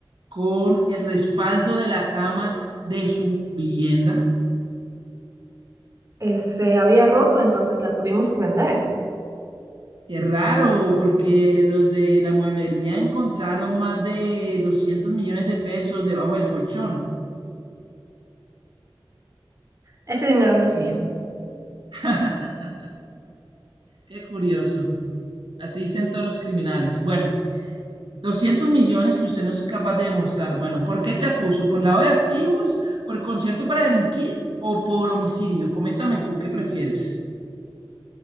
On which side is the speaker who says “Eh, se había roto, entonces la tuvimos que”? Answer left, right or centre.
Right